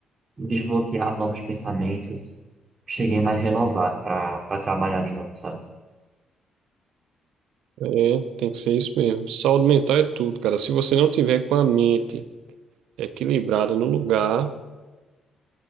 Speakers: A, on the right; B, on the right.
A: desbloquear novos pensamentos, cheguei mais renovado pra, pra trabalhar de novo, sabe?
B: É, tem que ser isso mesmo. Saúde mental é tudo, cara. Se você não tiver com a mente equilibrada no lugar